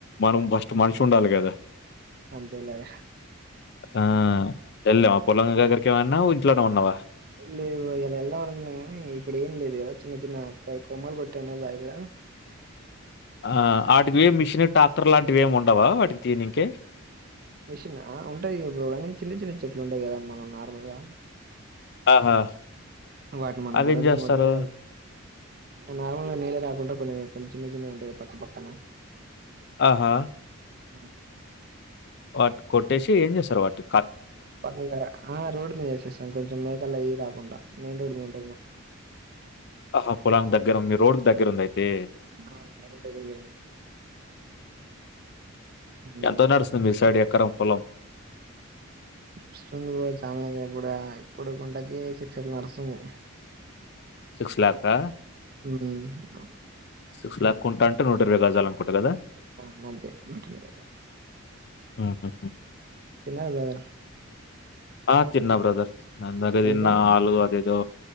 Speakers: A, on the left (about 50°); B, on the right (about 45°).
A: మనం ఫస్ట్ మనిషి ఉండాలి కదా
B: అంతేలేరా
A: ఆ వెళ్ళావా పొలం దగ్గరకి ఏమైన్నా ఇంట్లోనే ఉన్నావా
B: లేదు ఇయాలా వెళ్దాం అనుకున్నాం కాగానీ ఇప్పుడు ఏం లేదు కదా చిన్న చిన్న అక్కయ కొమ్మలు కొట్టాను బాయి కడ ఆ
A: ఆ వాటికి ఏం మిషన్ ట్రాక్టర్ లాంటివి ఏమి ఉండవా వాటికి తియ్యనికి
B: మిషన్ ఆ ఉంటాది బ్రో కాగానీ చిన్న చిన్న చెట్లు ఉంటాయి కద మనం నార్మల్ గా
A: ఆహా
B: వాటిని మనం
A: అవేం
B: గొడ్డలి
A: జేస్తారు?
B: తోని కొడతే నార్మల్గా నీళ రాకుండా కొన్ని కొంచెం చిన్న చిన్నగా ఉండే పక్క పక్కన
A: ఆహా
B: ఆ
A: వాటి కోట్టేసి ఏం చేస్తారు వాటి
B: పక్కన ఆ రోడ్డు మీద వేసేస్తాం కొంచెం మేకలు అయి రాకుండా మెయిన్ రోడ్ మీద ఉంట
A: ఆహా పొలాం దగ్గర ఉంది మీ రోడ్ దగ్గర ఉంది అయితే
B: ఆ రోడ్ మీద ఉమ్,
A: ఎంతకు
B: అట్లా
A: నడుస్తుంది మీ సైడ్ ఎకరం పొలం
B: నడుస్తుంది బ్రో చాల ఇప్పుడు ఇప్పుడు గుంటకి సిక్స్ అట్లా నడుస్తుంది
A: సిక్సక్ ఆ
B: ఉ అవును
A: సిక్స్ ల్యాక్ ఉంటా అంటే నూట ఇరవై గాజాల అనుకుంట కదా
B: ఆ అంతే నూట ఇరవై గజాలు
A: ఓహ
B: తిన్న బ్రదర్
A: ఆ తిన్నా బ్రదర్ ఇందాకే
B: ఏం
A: తిన్న
B: కర్రీ?
A: ఆలు అదేదో